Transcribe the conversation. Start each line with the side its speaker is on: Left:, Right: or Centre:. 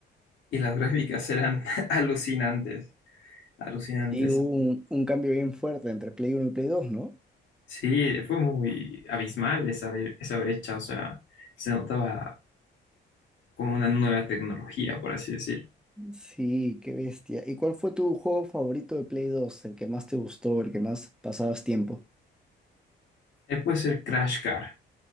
Left: y las gráficas eran <laughs> alucinantes, alucinantes.
Centre: Sí, hubo un, un cambio bien fuerte entre Play Uno y Play 2, ¿no?
Left: Sí, fue muy abismal esa, bre- esa brecha. O sea, se notaba como una nueva tecnología, por así decir.
Centre: Sí, qué bestia. ¿Y cuál fue tu juego favorito de Play Dos, El que más te gustó, el que más pasabas tiempo.
Left: Eh, puede ser Crash Car,